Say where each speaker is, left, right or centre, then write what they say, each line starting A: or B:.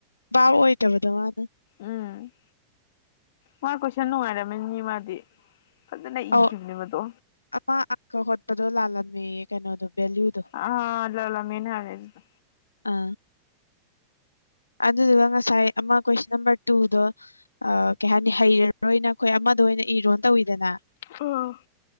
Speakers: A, on the left (about 80°); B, on the left (about 55°).
A: ꯚꯥꯕ ꯑꯣꯏꯗꯕꯗꯣ ꯃꯥꯅ
B: ꯎꯝ ꯃꯥ ꯀꯣꯏꯁꯟ ꯅꯨꯡꯉꯥꯏꯔꯝꯃꯅꯤꯅꯦ ꯃꯥꯗꯤ ꯐꯖꯅ ꯏꯈꯤꯕꯅꯦ
A: ꯑꯧ
B: ꯃꯗꯣ
A: ꯑꯃ ꯑꯪꯀ ꯍꯣꯠꯄꯗꯣ ꯂꯥꯜꯂꯝꯃꯦꯌꯦ ꯀꯩꯅꯣꯗꯣ ꯚꯦꯂꯨꯗꯣ
B: ꯑꯥ ꯂꯥꯜꯂꯝꯃꯦꯅ ꯍꯥꯏꯕꯅꯦ ꯑꯗꯨꯗꯣ
A: ꯑꯥ ꯑꯗꯨꯗꯨꯒ ꯉꯁꯥꯏ ꯑꯃ ꯀꯣꯏꯁꯟ ꯅꯝꯕꯔ ꯇꯨꯗꯣ ꯑ ꯀꯩ ꯍꯥꯏꯅꯤ ꯍꯩꯔꯔꯅ ꯑꯩꯈꯣꯏ ꯑꯃꯗ ꯑꯣꯏꯅ ꯏꯔꯣꯅ ꯇꯧꯋꯤꯗꯅ
B: ꯑ